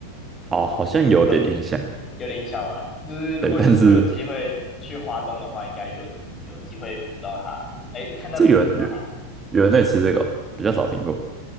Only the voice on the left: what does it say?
因为有点印象吧，就是如果你之后有机会去华东的话，
应该有有机会捕到它，哎，看到别人捕到它。